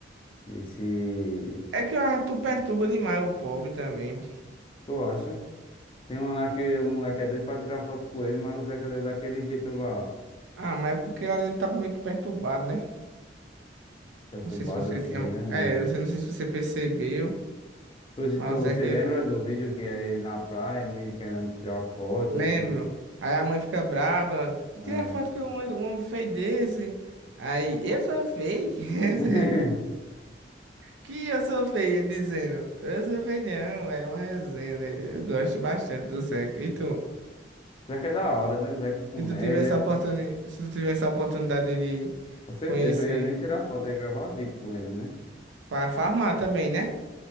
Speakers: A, on the left; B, on the right.
A: De se.
B: É que o Arthur perturba demais o pobre também.
A: Tu acha? Tem um lá que o moleque é doido pra tirar foto com ele, mas o Zeca deu daquele jeito lá.
B: Ah, mas é porque ele tava meio que perturbado, né?
A: Perturbado
B: Não sei se você
A: assim,
B: tinha.
A: né? Meio.
B: É, eu não sei se você percebeu,
A: Tu,
B: mas
A: tu
B: é
A: se
B: que
A: lembra do vídeo que é ele na praia, o menino querendo tirar foto
B: lembro.
A: e ele.
B: Aí a mãe fica braba. Que tira
A: É.
B: foto com um, um homem feio desse. Aí, eu sou feio.
A: <laughs>
B: <laughs> Que eu sou feio, ele dizendo. Eu sou feio, não, é uma resenha dele. Eu gosto bastante do Zeca. E tu?
A: Zeca é da hora, né? Zeca é comédia.
B: Se tu tivesse a oportunidade, se tu tivesse a oportunidade de
A: Com certeza,
B: conhecer
A: eu ia nem
B: ele
A: tirar foto, eu ia gravar vídeo com ele, né?
B: pra farmar também, né?